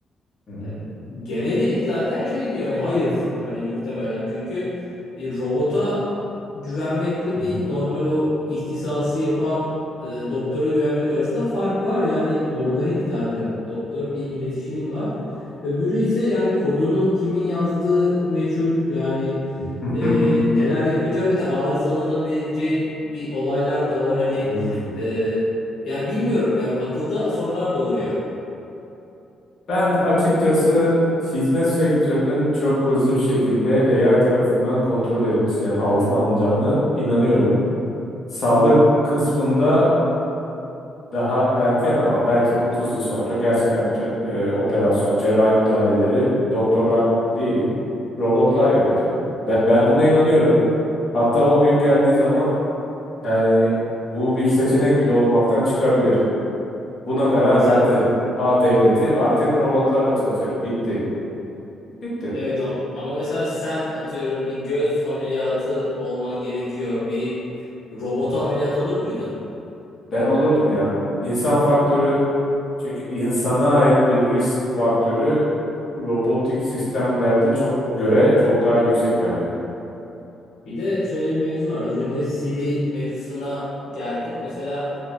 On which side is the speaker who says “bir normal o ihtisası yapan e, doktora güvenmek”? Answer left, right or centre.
Left